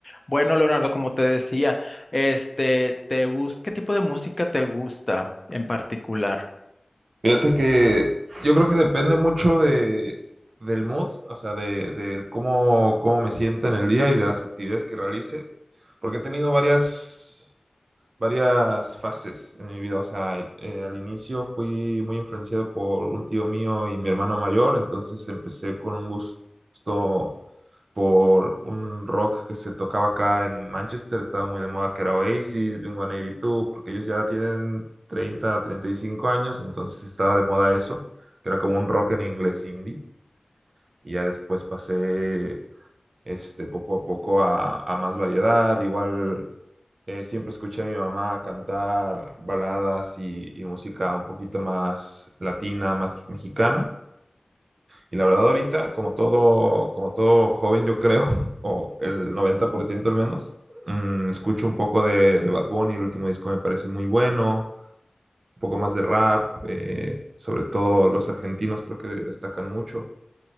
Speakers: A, on the left (about 25°); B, on the right (about 85°).
A: Bueno, Leonardo, como te decía, este, te gus- ¿qué tipo de música te gusta en particular?
B: Fíjate que yo creo que depende mucho de, del mood, o sea, de, de cómo, cómo me sienta en el día y de las actividades que realice, porque he tenido varias, varias fases en mi vida, o sea, el- eh, al inicio fui muy influenciado por un tío mío y mi hermano mayor, entonces empecé con un gusto por un rock que se tocaba acá en Manchester, estaba muy de moda, que era Oasis, Blink-182, porque ellos ya tienen treinta treinta y cinco años, entonces estaba de moda eso, que era como un rock en inglés indie, y ya después pasé este, poco a poco a, a más variedad, igual eh, siempre escuché a mi mamá cantar baladas y, y música un poquito más latina, más mexicana. Y la verdad ahorita, como todo, como todo joven, yo creo, <laughs> o el 90% al menos, mm, escucho un poco de, de Bad Bunny, el último disco me parece muy bueno, un poco más de rap, eh, sobre todo los argentinos creo que destacan mucho.